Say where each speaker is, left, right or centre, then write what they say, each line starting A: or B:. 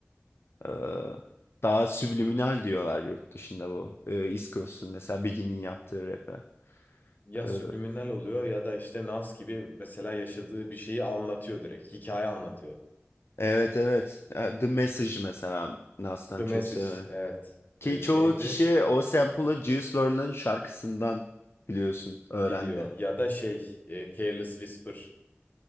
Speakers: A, on the left (about 60°); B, on the left (about 40°).
A: Ee, daha subliminal diyorlar yurt dışında bu. Ee, East Coast'un mesela Biggie'nin yaptığı rap'e.
B: Ya
A: Ee,
B: subliminal oluyor ya da işte Nas gibi mesela yaşadığı bir şeyi anlatıyor direkt. Hikaye anlatıyor.
A: evet evet. Ee, The Message mesela Nas'tan
B: The Message,
A: çok severim.
B: evet.
A: Ki
B: Ee,
A: çoğu
B: neydi?
A: kişi o sample'ı Juice World'un şarkısından biliyorsun öğrendi.
B: Biliyor. Ya da şey, e, Careless Whisper.